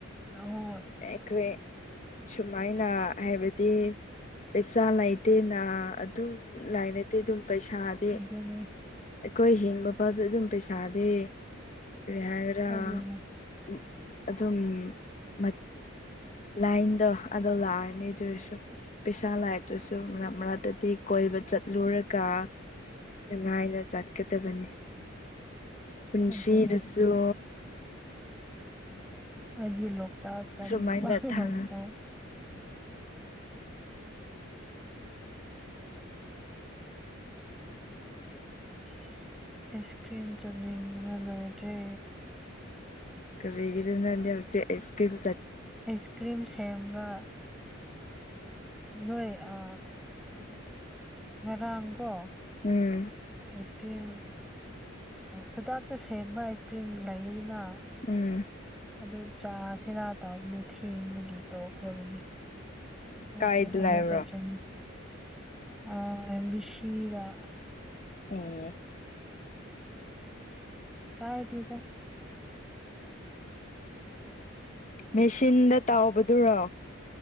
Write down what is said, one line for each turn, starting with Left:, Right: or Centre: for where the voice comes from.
Centre: ꯍꯣꯏ
Left: ꯑꯩꯈꯣꯏ ꯁꯨꯃꯥꯏꯅ ꯍꯥꯏꯕꯗꯤ ꯄꯩꯁꯥ ꯂꯩꯥꯏꯇꯦꯅ ꯑꯗꯨꯝ ꯂꯥꯏꯅꯗꯦ ꯑꯗꯨꯝ ꯄꯩꯁꯥꯗꯤ
Centre: ꯑꯗꯨꯅꯦ
Left: ꯑꯩꯈꯣꯏ ꯍꯤꯡꯕ ꯐꯗ ꯑꯗꯨꯝ ꯄꯩꯁꯥꯗꯤꯦ ꯀꯔꯤ ꯍꯥꯏꯒ꯭ꯔꯥ
Centre: ꯑꯗꯨꯅꯦ
Left: ꯎ ꯑꯗꯨꯝ ꯃ ꯂꯥꯏꯟꯗꯣ ꯑꯗꯨꯗꯣ ꯂꯥꯛꯑꯅꯤ ꯑꯗꯨꯔꯁꯨ ꯄꯩꯁꯥ ꯂꯥꯏꯔꯤꯛꯇꯨꯁꯨ ꯃꯔꯛ ꯃꯔꯛꯇꯗꯤ ꯀꯣꯏꯕ ꯆꯠꯂꯨꯔꯒ ꯅꯨꯡꯉꯥꯏꯅ ꯆꯠꯀꯗꯕꯅꯤ ꯄꯨꯟꯁꯤꯗꯁꯨ
Centre: ꯑꯗꯨꯅꯦ ꯍꯥꯏꯗꯤ ꯂꯣꯛꯇꯥꯛ ꯇꯥꯅꯤꯡꯕ
Left: ꯁꯨꯃꯥꯏꯅ ꯊꯥꯡ
Centre: ꯍꯧꯖꯤꯀꯥꯟ ꯑꯁ ꯑꯥꯏꯁ ꯀ꯭ꯔꯤꯝ ꯆꯅꯤꯡꯕꯅ ꯂꯋꯔꯦ
Left: ꯀꯔꯤꯒꯤꯔꯅꯌꯥꯦꯁ ꯀ꯭꯭ꯔꯔꯤꯝ
Centre: ꯑꯩꯁ ꯀ꯭ꯔꯤꯝ ꯁꯦꯝꯕ ꯅꯣꯏꯣꯏ ꯑ ꯉꯔꯥꯡꯒꯣ
Left: ꯎꯝ
Centre: ꯑꯥꯏꯁ ꯀ꯭ꯔꯤꯝ ꯈꯨꯗꯥꯛꯇ ꯁꯦꯝꯕ ꯑꯥꯏꯁ ꯀ꯭ꯔꯤꯝ ꯂꯩꯗꯅ
Left: ꯎꯝ
Centre: ꯑꯗꯨ ꯆꯥꯁꯤꯔꯥ ꯇꯥꯎꯕꯅꯦ ꯊꯦꯡꯕꯒꯤ ꯇꯣꯛꯈ꯭ꯔꯕꯅꯤ ꯍꯧꯖꯤ
Left: ꯀꯥꯏꯗ
Centre: ꯑꯃꯨꯛꯀꯖꯅꯤ
Left: ꯂꯩꯕ꯭ꯔꯣ
Centre: ꯑ ꯁꯤꯤꯗꯥ
Left: ꯎꯝ
Centre: ꯀꯥꯏ ꯇꯗ
Left: ꯃꯦꯆꯤꯟꯗ ꯇꯥꯎꯕꯗꯨꯔꯣ